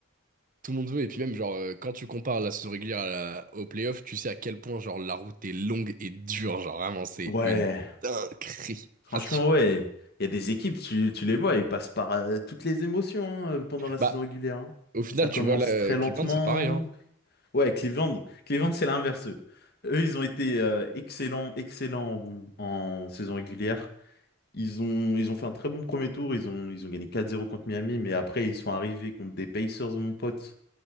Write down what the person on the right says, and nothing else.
Tout le monde veut, et puis même, genre, euh, quand tu compares la saison régulière à la- au playoff, tu sais à quel point, genre, la route est longue et dure. Genre, vraiment, c'est
une dinguerie.
Parce que,
bah,
au final,
tu vois, là,
Cleveland,
c'est pareil, hein.